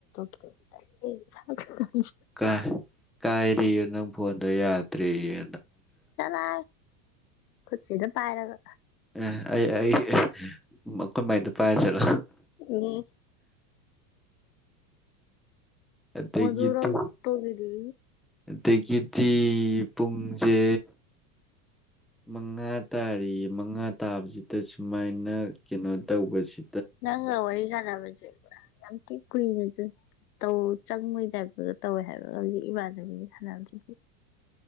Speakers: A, on the left; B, in the centre.
A: <unintelligible>
B: ꯀꯥꯏ ꯀꯥꯏꯔꯤ ꯅꯪ ꯐꯣꯟꯗ ꯌꯥꯗ꯭ꯔꯔꯤꯌꯦ
A: ꯆꯂ ꯈꯨꯠꯁꯤꯗ ꯄꯥꯏꯔꯒ
B: ꯑꯦ ꯑꯩ ꯑꯩ ꯑꯈ‌ꯣꯏ ꯃꯥꯏꯗꯨ ꯄꯥꯏꯔ ꯆꯠꯂꯣ
A: ꯎꯝ
B: ꯑꯦꯇꯩ
A: ꯃꯣꯖꯣꯔꯛꯇꯒꯤꯗꯤ
B: ꯀꯠꯇ ꯑꯗꯒꯤꯗꯤ ꯄꯨꯡꯁꯦ
A: ꯎ
B: ꯃꯉꯥ ꯇꯥꯔꯤꯌꯦ ꯃꯉꯥ ꯇꯥꯕꯁꯤꯗ ꯁꯨꯃꯥꯏꯅ ꯀꯩꯅꯣ ꯇꯧꯕꯁꯤ
A: ꯅꯪꯉ ꯋꯥꯔꯤ ꯁꯥꯟꯅ ꯄꯨ ꯌꯥꯝ ꯊꯤ ꯀꯨꯏꯅ ꯧ ꯆꯪꯕꯩ ꯇꯥꯏꯞꯇꯒ ꯇꯧꯋꯦ ꯍꯥꯏꯕ ꯍꯧꯖꯤꯛ ꯏꯃꯥꯟꯅꯕꯤꯒꯤ ꯁꯥꯟꯅꯕꯁꯤꯗꯤ